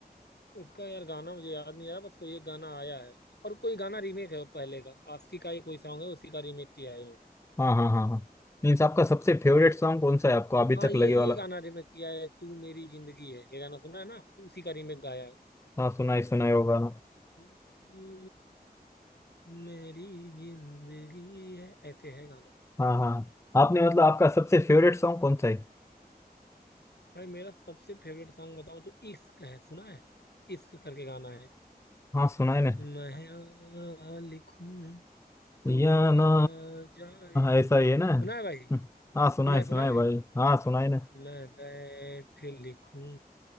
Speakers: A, on the left; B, on the left.
A: उसका यार गाना मुझे याद नहीं आ रहा बस कोई एक गाना आया है और कोई गाना रीमेक है वो पहले का आस्की का ही कोई सॉन्ग है उसी का रीमेक किया है इन्होंने
B: हाँ हाँ हाँ हाँ मीन्स आपका सबसे फेवरेट सॉन्ग कौन सा है आपको अभी
A: हाँ
B: तक
A: ये
B: लगे
A: ये
B: वाला
A: गाना रीमेक किया है तू मेरी जिंदगी है ये गाना सुना है ना उसी का रीमेक गाया है
B: हाँ सुना ही सुना ही होगा ना
A: तू मेरी जिंदगी है ऐसे है गाना
B: हाँ हाँ आपने मतलब आपका सबसे फेवरेट सॉन्ग कौन सा है
A: भाई मेरा सबसे फेवरेट सॉन्ग बताओ तो इश्क है सुना है इश्क करके गाना है
B: हाँ सुना है ना
A: मैं आ लिखूं तू
B: या
A: आ
B: ना
A: जाए
B: ऐसा ही है
A: सुना
B: ना
A: है भाई
B: हाँ सुना
A: सुना
B: है
A: है
B: सुना
A: सुना
B: है
A: है
B: भाई हाँ सुना है ना
A: मैं बैठ लिखूं